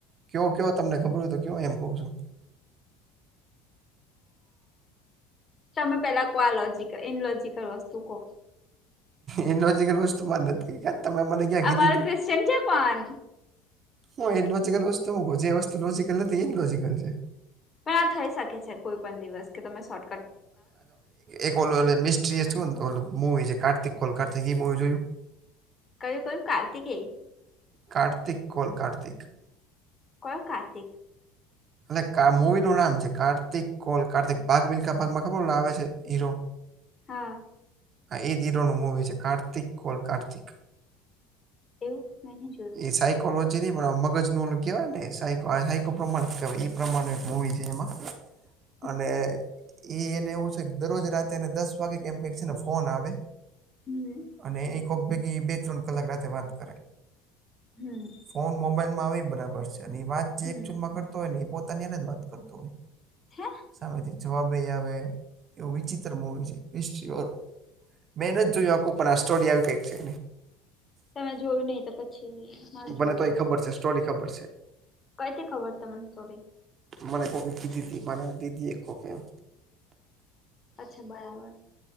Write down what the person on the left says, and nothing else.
હ તમે પેલા કો લોજીક ઇનલોજીકલ વસ્તુ કહો.
આ
મારો
કવેસચન છે પણ.
પણ આ થઈ શકે છે કોઈ પણ દિવસ કે તમે સોટ
કયું કયું કાર્તિકેય?
કોણ કાર્તિક?.
હા.
એવું મેહી જોયું.
<inaudible>
હમ
હમ.
હમ
હે
તમે જોયું નહીં તો પછી? મારે જોવું
હશે
કઈથી ખબર તમને સ્ટોરી?
અચ્છા, બરાબર.